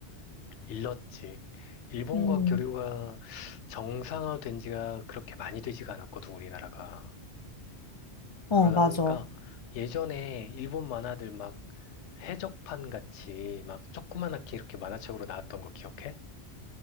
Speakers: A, on the left; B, on the left.
A: 일렀지. 일본과
B: 음,
A: 교류가 정상화된 지가 그렇게 많이 되지가 않았거든, 우리나라가.
B: 어,
A: 그러다
B: 맞아.
A: 보니까 예전에 일본 만화들 막 해적판 같이 막 조그만하게 이렇게 만화책으로 나왔던 거 기억해?